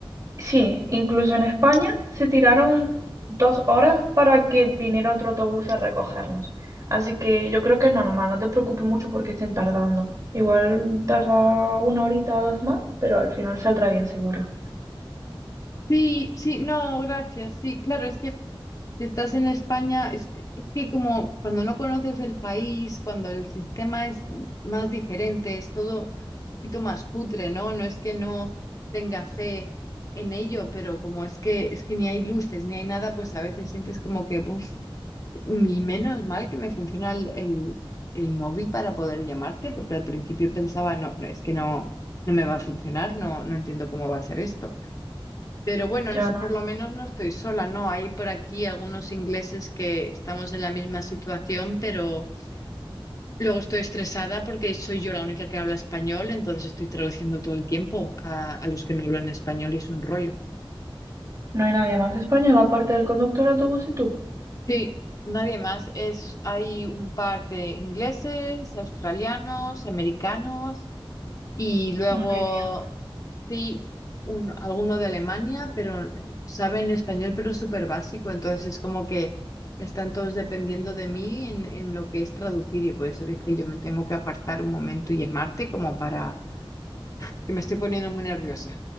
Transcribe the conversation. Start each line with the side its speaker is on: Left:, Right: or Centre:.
Right: sí, incluso en España se tiraron dos horas para que viniera otro autobús a recogernos. Así que yo creo que es normal, no te preocupes mucho porque estén tardando. Igual tarda una horita o dos más, pero al final saldrá bien seguro.
Left: Sí, sí, no, gracias. Sí, claro, es que si estás en España, es, es que como cuando no conoces el país, cuando el sistema es más diferente, es todo un poquito más cutre, ¿no? No es que no tenga fe en ello, pero como es que es que ni hay luces, ni hay nada, pues a veces sientes como que, uff, y menos mal que me funciona el, el, el móvil para poder llamarte, porque al principio pensaba, no, no, es que no, no me va a funcionar, no, no entiendo cómo va a ser esto. Pero bueno,
Right: Ya
Left: no so-
Right: no,
Left: por lo menos no estoy sola, ¿no? Hay por aquí algunos ingleses que estamos en la misma situación, pero luego estoy estresada porque soy yo la única que habla español, entonces estoy traduciendo todo el tiempo a, a los que no hablan español y es un rollo.
Right: no hay nadie más español aparte del conductor de autobús y tú.
Left: Sí, nadie más. Es, hay un par de ingleses, australianos, americanos y luego
Right: Madre mía.
Left: Sí, un, alguno de Alemania, pero saben español, pero súper básico. Entonces es como que están todos dependiendo de mí en, en lo que es traducir. Y por eso dije, yo me tengo que apartar un momento y llamarte como para que me estoy poniendo muy nerviosa.